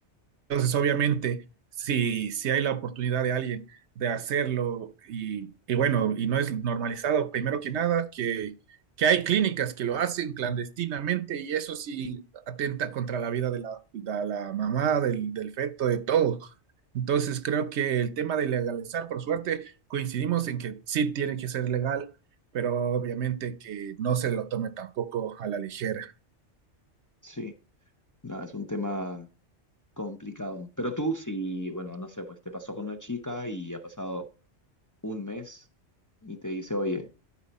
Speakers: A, on the right; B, on the left.
A: Entonces, obviamente, si, si hay la oportunidad de alguien de hacerlo y, y bueno, y no es normalizado, primero que nada, que, que hay clínicas que lo hacen clandestinamente y eso sí atenta contra la vida de la, de la mamá, del, del feto, de todo. Entonces, creo que el tema de legalizar, por suerte, coincidimos en que sí tiene que ser legal, pero obviamente que no se lo tome tampoco a la ligera.
B: Sí, nada, es un tema complicado. Pero tú, si, bueno, no sé, pues te pasó con una chica y ha pasado un mes y te dice, oye,